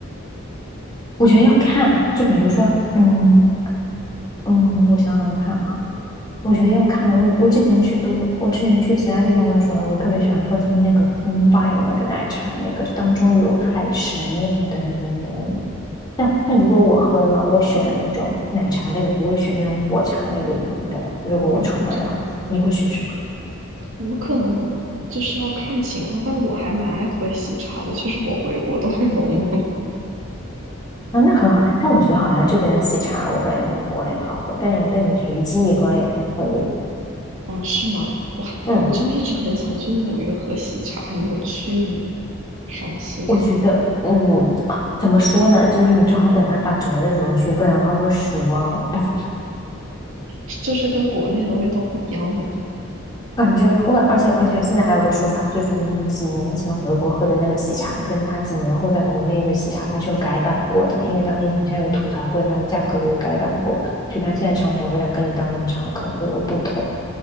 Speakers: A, on the left (about 20°); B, on the right (about 70°).
A: 我觉得要看，就比如说，嗯嗯，我想想看啊。我觉得要看我，我之前去都，我之前去其他地方的时候，我特别喜欢喝他们那个 Combine 那个奶茶，那个当中有海参，那种等等等等。但但如果我喝的话，我选那种奶茶类的，不会选那种果茶类的饮料。如果我出门的话，
B: 嗯，这样子，
A: 你会选什么？
B: 我可能就是要看情况，但我还蛮爱喝喜茶的，就实我回国都会 <laughs> 萌萌
A: 啊，那很好。但我觉得好像这边的喜茶，我感觉没有国内好喝。但是你但你随机一喝也还可以。
B: 哦，是吗？我还我就一直很想去纽约喝喜茶，
A: 嗯，
B: 还没有去呢，伤心。
A: 我觉得，嗯，啊怎么说呢？就是你正好等它打折的时候去，不然的话会失望。<laughs>
B: <laughs> 这是跟国内的味道不一样吗？
A: 感觉我感，而且而且现在还有个说法，就是你几年前回国喝的那个喜茶，跟他几年后在国内的喜茶，它是有改版过的，因为当年好像有吐槽过它的价格有改版过，所以它现在尝起来味道跟你当年尝的可能会有不同。